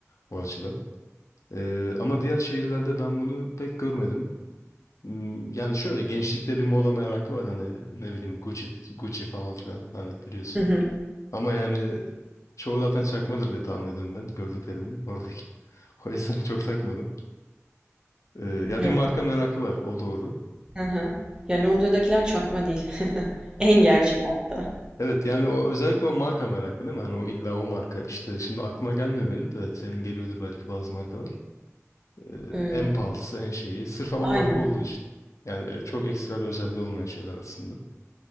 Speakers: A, on the left; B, on the right.
A: o açıdan. Ee, ama diğer şehirlerde ben bunu pek görmedim. Hmm, Yani şöyle gençlikte bir moda merakı var hani ne bileyim Gucci, Gucci falan filan hani biliyorsun.
B: Hı hı.
A: Ama yani çoğu zaten çakmadır diye tahmin ediyorum ben gördüklerimin oradaki. <laughs> O yüzden çok takmadım. Ee, ya
B: Yok.
A: bir marka merakı var o doğru.
B: Hı hı. Ya, Londra'dakiler çakma değil. <laughs> En gerçeği hatta.
A: Evet yani o özellikle o marka merakı değil mi? Hani o illa o marka işte şimdi aklıma gelmiyor benim de senin geliyordur belki bazı markalar. Ee,
B: Eee,
A: en pahalısı en şeyi sırf ama
B: aynen,
A: marka olduğu için. Yani e, çok ekstra bir özelliği olmayan şeyler aslında.